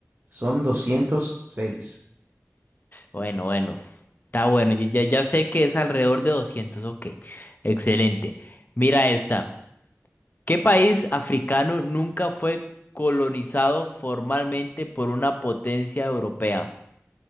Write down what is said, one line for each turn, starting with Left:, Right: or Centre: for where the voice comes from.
Right: Son doscientos seis
Left: Bueno, bueno, está bueno. Yo ya, ya sé que es alrededor de 200. Ok, excelente. Mira esta. ¿Qué país africano nunca fue colonizado formalmente por una potencia europea?